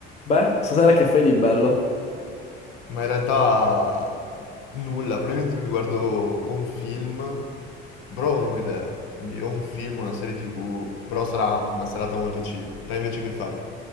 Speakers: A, on the left; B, on the left.
A: Beh, stasera che fai di bello?
B: Ma in realtà nulla, probabilmente mi guardo o un film, però non ho idea. Quindi o un film, una serie TV, però sarà una serata molto chill. Te invece che fai?